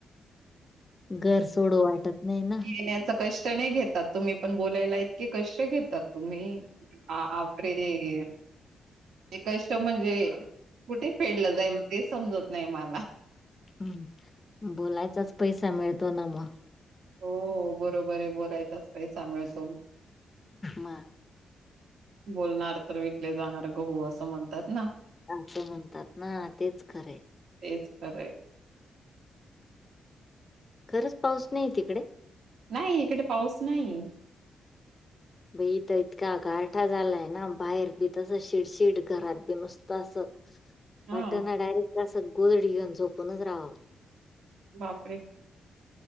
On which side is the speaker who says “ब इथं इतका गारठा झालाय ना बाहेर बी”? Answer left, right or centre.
Left